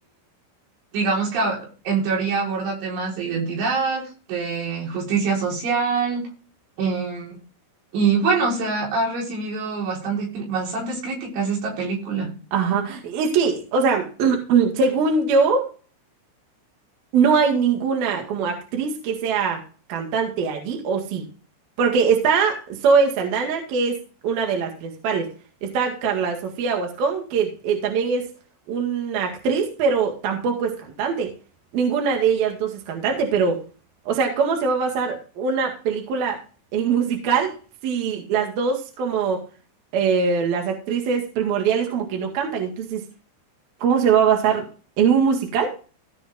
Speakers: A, on the right; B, on the right.
A: Digamos que a- en teoría aborda temas de identidad, de justicia social, em, y bueno, o sea, ha recibido bastante, cri- bastantes críticas esta película.
B: Ajá. Es que, o sea, <clears throat> según yo. No hay ninguna como actriz que sea cantante allí, o sí. Porque está Zoe Saldana, que es una de las principales. Está Carla Sofía Guascón, que eh, también es una actriz, pero tampoco es cantante. Ninguna de ellas dos es cantante, pero, o sea, ¿cómo se va a basar una película en musical si las dos como eh, las actrices primordiales como que no cantan? Entonces, ¿cómo se va a basar en un musical?